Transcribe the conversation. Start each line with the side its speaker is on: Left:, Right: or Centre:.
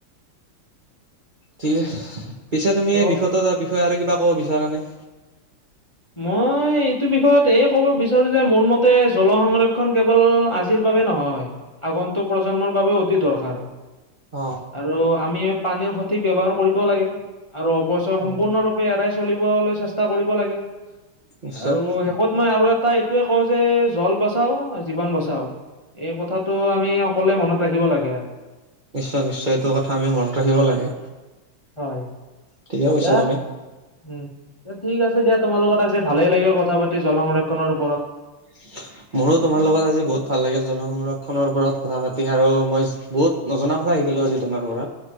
Right: ঠিক পিছে তুমি
Left: ত'
Right: এই বিষয়টোৰ বিষয়ে আৰু কিবা ক'ব বিচাৰ নে।
Left: মই এইটো বিষয়ত এই ক'ব বিচাৰো যে মোৰ মতে জল সংৰক্ষণ কেৱল আজিৰ- নহয় আগন্তুক প্ৰজন্মৰ বাবেও অতি দৰকাৰ
Right: অ
Left: আৰু আমি পানীৰ সঠিক ব্যৱহাৰ কৰিব লাগে আৰু অৱশয় সম্পূৰ্ণৰূপে
Right: অ
Left: এৰাই চলিবলৈ চেষ্টা কৰিব লাগে।
Right: নিশ্চয়।
Left: আৰু শেষত মই আৰু এটা এইটোোৱে কওঁ যে জল বচাও জীৱন বচাও এই কথাটো আমি সকলোৱে মনত ৰাখিব লাগে আৰু-
Right: নিশ্চয় নিশ্চয় এইটো কথা আমি মনত ৰাখিব লাগে।
Left: হয়।
Right: তে যিয়ৈছা
Left: দিয়া
Right: তে
Left: উম ঠিক আছে দিয়া তোমালোকত আজ ভালেই লাগিল কথা পাতি জল সংৰক্ষনৰৰ ওপৰত
Right: <inaudible> মোৰো তোমাৰ লগত আজি বহুত ভাল লাগিল জন সংংৰক্ষনৰৰ ওপৰত কথা পাতি আৰু মই বহুত নজনা কথা থাকিলো আজি তোমাৰ পৰা